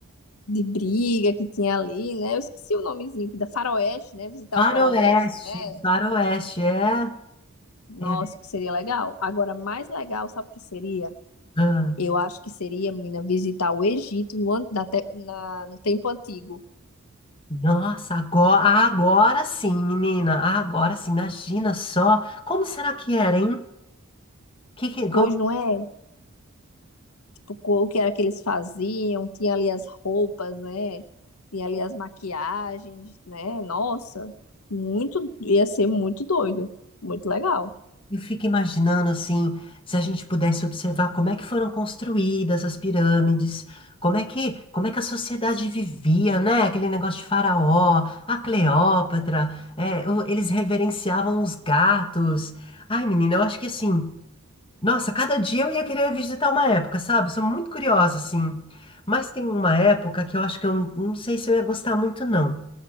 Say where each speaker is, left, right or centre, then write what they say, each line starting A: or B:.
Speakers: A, on the left; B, on the left.
A: de briga que tinha ali, né? Eu esqueci o nomezinho aqui, da Faroeste, né? Visitar
B: Faroeste.
A: o Faroeste, né?
B: Faroeste, é.
A: Nossa,
B: É.
A: que seria legal. Agora, mais legal, sabe o que seria?
B: Ah,
A: Eu acho que seria, menina, visitar o Egito no, an- na, te- na- no tempo antigo.
B: Nossa, agora, agora sim, menina. Agora sim, imagina só. Como será que era, hein? Que, que- igual
A: Pois não é? o co- o que era que eles faziam, tinha ali as roupas, né? Tinha ali as maquiagens, né? Nossa, muito, ia ser muito doido, muito legal.
B: eu fico imaginando assim, se a gente pudesse observar como é que foram construídas as pirâmides, como é que, como é que a sociedade vivia, né? Aquele negócio de faraó, a Cleópatra, é, o- eles reverenciavam os gatos. Ai, menina, eu acho que assim, nossa, cada dia eu ia querer visitar uma época, sabe? Sou muito curiosa, assim. Mas tem uma época que eu acho que eu não sei se eu ia gostar muito, não.